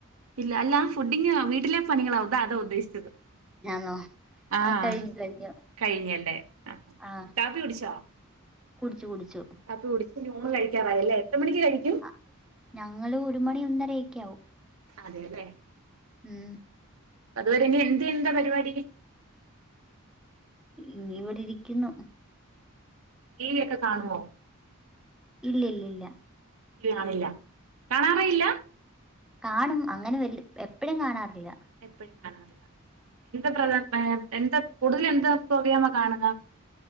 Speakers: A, on the right (about 65°); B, in the centre.
A: ഇല്ല അല്ല ഫുഡിങ് വീട്ടിലെ പണികളാ അതാ ഉദ്ദേശിച്ചത്
B: ഞാനോ
A: ആഹ്
B: ആ കഴിഞ്ഞു കഴിഞ്ഞു
A: കഴിഞ്ഞല്ലേ
B: ആ
A: കാപ്പി കുടിച്ചോ
B: കുടിച്ചു കുടിച്ചു
A: അപ്പൊ കുടിച്ചു ഊണ് കഴിക്കാറായല്ലേ എത്ര മണിക്ക് കഴിക്കും
B: ആഹ് ഞങ്ങള് ഒരു മണി ഒന്നരയക്കെ ആവും
A: അതെല്ലേ
B: ഉം
A: അതുവരെനി എന്ത് എന്താ പരിപാടി
B: ഇനി ഇവടെ ഇരിക്കുന്നു
A: ടിവിയൊക്കെ കാണോ
B: ഇല്ല ഇല്ല ഇല്ല
A: ടി വികാണില്ല കാണാറേഇല്ല
B: കാണും അങ്ങനെ വല് എപ്പഴും കാണാറില്ല
A: എപ്പഴും കാണാറില്ല എന്ത പ്ര എന്താ കൂടുതല് എന്താ പ്രോഗ്രാമാ കാണാ